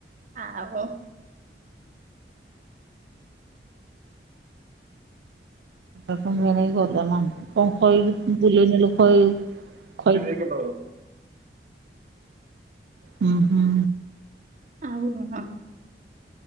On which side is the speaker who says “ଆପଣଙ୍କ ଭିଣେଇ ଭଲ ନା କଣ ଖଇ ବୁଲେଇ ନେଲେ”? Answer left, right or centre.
Right